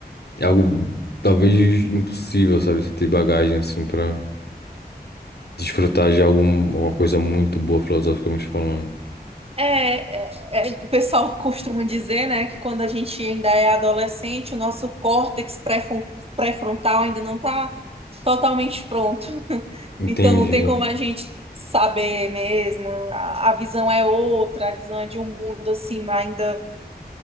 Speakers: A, on the left; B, on the right.
A: É algo talvez impossível, sabe? Você ter bagagem assim pra. Desfrutar de algum, alguma coisa muito boa, filosoficamente falando.
B: É, é, é, o pessoal costuma dizer, né, que quando a gente ainda é adolescente, o nosso córtex pré-fron- pré-frontal ainda não está totalmente pronto. <laughs>
A: Entendi.
B: Então não tem como a gente saber mesmo. A, a visão é outra, a visão é de um mundo assim ainda